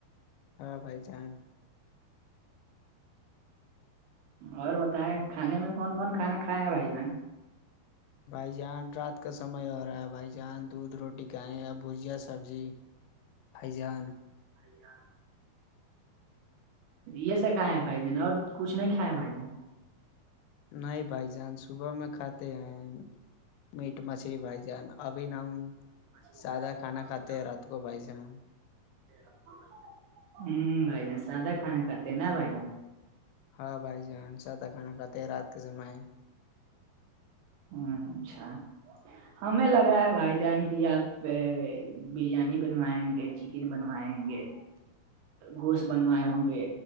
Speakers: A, on the left (about 85°); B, on the right (about 85°).
A: ہاں بائی جان
B: اور بتائے کھانے میں کون کون کھانے کھائے ہیں بھائی یہاں
A: بھائی جان رات کا سمے ہو رہا ہے بھائی جان دودھ روٹی گیا بھجیا سبزی ہیضان
B: سیا یہ سا کھائے ہیں بھائی ج نے اور کچھ نہیں کھائے ہیں بھائی جان
A: نہیں بھائی جان صبح میں کھاتے ہیں میٹ مچھلی بھائی جان ابھی ن ہم
B: م ب
A: سادہ کھانا کھاتے ہیں رات کو بھائی جان
B: اب ہ بھائی جان سادا کھانا کاتے ہیں نا بھائی جان
A: ہاں بھائی جان سادہ کھانا کھاتے ہیں رات کے سمعے
B: ہ اچھا ہمیں لگا ہے بھائی جان کی آپ بریانی بنوائیں گے چکن بنوائیں گے گوشت بنوائے ہوں گے